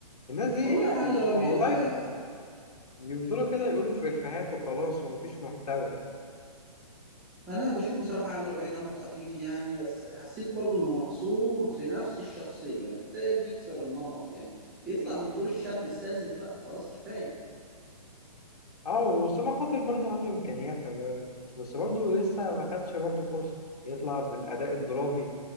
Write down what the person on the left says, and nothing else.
الناس دي
والله
بيفضلوا كده يقولوا في افيهات وخلاص ومفيش محتوى
اه ومصطفى خاطر برضو عنده امكانيات خلي بالك بس برضو لسه ما خدش برضو فرصه يطلع بالاداء الدرامي